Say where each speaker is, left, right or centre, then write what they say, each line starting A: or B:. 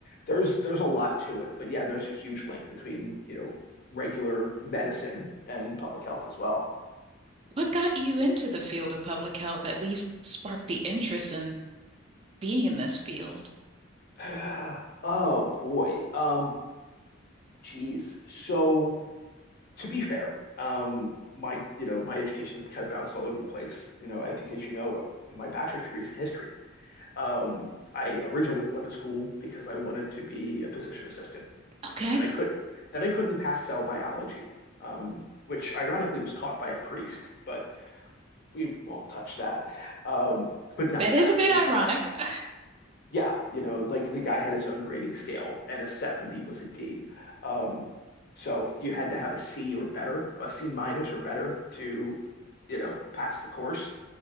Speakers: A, on the left; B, on the right.
A: there's there's a lot to it, but yeah, there's a huge link between, you know, regular medicine and public health as well.
B: What got you into the field of public health, at least sparked the interest in being in this field?
A: <sighs> Oh boy. Um, geez. So to be fair, um, my you know my education's kind of bounced all over the place. You know, I think as you know, uh, my bachelor's degree is in history. Um, I originally went to school because I wanted to be a physician assistant.
B: Okay.
A: Then I could then I couldn't pass cell biology, um, which ironically was taught by a priest, but we won't touch that. Um, could not
B: That
A: pass.
B: is a bit
A: Like,
B: ironic. <laughs>
A: yeah, you know, like the guy had his own grading scale, and a 70 was a D. Um, so you had to have a C or better, a C minus or better to, you know, pass the course.